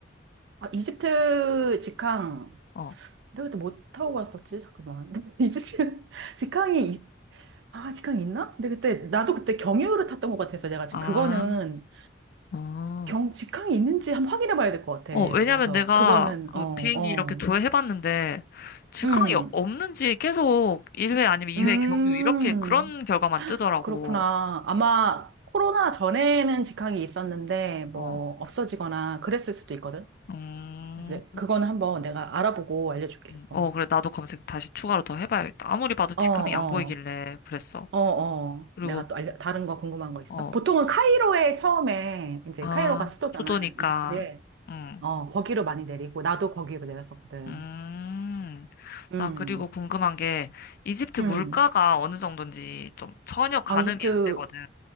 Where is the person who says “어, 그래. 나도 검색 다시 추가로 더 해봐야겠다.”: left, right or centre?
Left